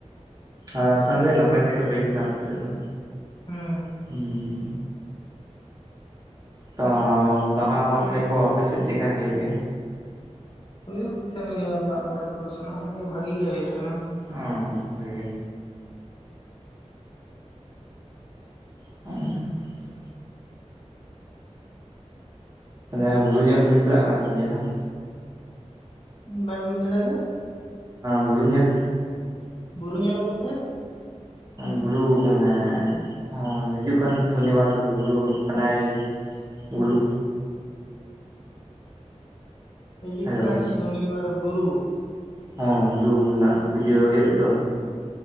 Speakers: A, on the right; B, on the left.
A: ᱟᱨ ᱟᱥ ᱫᱚ ᱱᱟᱯᱟᱭ ᱛᱮᱜᱮ ᱦᱩᱭ ᱠᱟᱱᱟ ᱟᱯᱮ ᱥᱮᱫ ᱫᱚ
B: ᱦᱮᱸ
A: ᱦᱮᱸ ᱛᱚ ᱵᱟᱦᱟ ᱢᱟᱜ ᱢᱚᱬᱮ ᱠᱚ ᱟᱯᱮ ᱥᱮᱫ ᱪᱮᱫᱞᱮᱠᱟ ᱦᱩᱭᱩᱜ ᱜᱮᱭᱟ
B: ᱦᱩᱭᱩᱜ ᱛᱟᱦᱮᱱ ᱜᱮᱭᱟ ᱢᱟᱜ ᱢᱚᱲᱮ ᱠᱚ ᱥᱟᱱᱟᱢᱟᱜ ᱜᱮ ᱵᱷᱟᱜᱤ ᱜᱮ ᱦᱩᱭᱩᱜ ᱛᱟᱦᱮᱱᱟ
A: ᱦᱮᱸ ᱵᱷᱟᱜᱮ ᱜᱮ ᱟᱨ ᱮ ᱵᱩᱨᱩ ᱧᱮᱞ ᱫᱚᱵᱤᱱ ᱪᱟᱞᱟᱜ ᱠᱟᱱᱟ ᱛᱚ ᱱᱤᱭᱟᱹ ᱫᱦᱟᱣ
B: ᱵᱟᱧ ᱵᱩᱡ ᱫᱟᱲᱮᱭᱟᱫᱟ
A: ᱵᱩᱨᱩᱩᱜ ᱧᱮᱞ
B: ᱵᱩᱨᱩ ᱧᱮᱞ ᱵᱚᱞᱛᱮ
A: ᱵᱩᱨᱩ ᱢᱟᱱᱮ ᱦᱚᱸ ᱦᱤᱡᱩᱜ ᱠᱟᱱ ᱥᱚᱱᱤᱵᱟᱨ ᱵᱩᱨᱩ ᱠᱟᱱᱟᱭ ᱵᱩᱨᱩ
B: ᱦᱤᱡᱩᱜ
A: ᱦᱮᱞᱳ
B: ᱠᱟᱱ ᱥᱚᱱᱤᱵᱟᱨ ᱵᱩᱨᱩ
A: ᱦᱚᱸ ᱵᱩᱨᱩ ᱨᱮᱱᱟᱜ ᱯᱩᱡᱟᱹ ᱦᱩᱭᱩᱜ ᱜᱮᱛᱚ